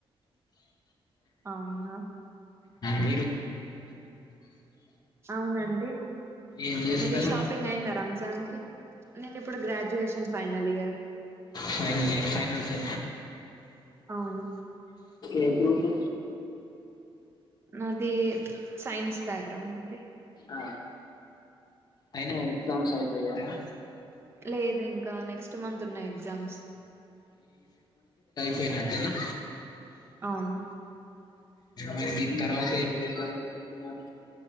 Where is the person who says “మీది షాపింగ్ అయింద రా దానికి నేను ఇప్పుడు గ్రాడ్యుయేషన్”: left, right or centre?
Right